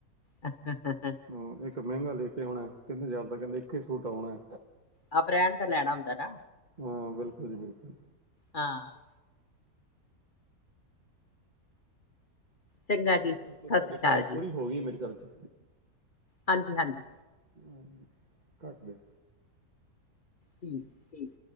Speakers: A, on the left; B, on the right.
A: ਹ ਹ ਹ ਹ
B: ਹੂ ਇੱਕ ਮਹਿੰਗਾ ਲੈ ਕੇ ਆਉਣਾ, ਤਿੰਨ ਹਜ਼ਾਰ ਦਾ ਕਹਿੰਦਾ ਇੱਕੇ ਸੂਟ ਆਉਣਾ।
A: ਹਾਂ ਬ੍ਰਾਂਡ ਦਾ ਲੈਣਾ ਹੁੰਦਾ ਨਾ,
B: ਹਾਂ ਬਿਲਕੁਲ ਜੀ ਬਿਲਕੁਲ
A: ਹਾਂ। ਚੰਗਾ ਜੀ
B: ਕਾਲ ਚ
A: ਸਤਿ
B: ਤੁਹਾਡੀ
A: ਸ੍ਰੀ ਅਕਾਲ
B: ਕਾਲ
A: ਜੀ
B: ਪੂਰੀ ਹੋ ਗਈ ਮੇਰੇ ਖਿਆਲ 'ਚ
A: ਹਾਂਜੀ - ਹਾਂਜੀ।
B: ਹੂ, ਕੱਟ ਦਿਓ।
A: ਠੀਕ -ਠੀਕ।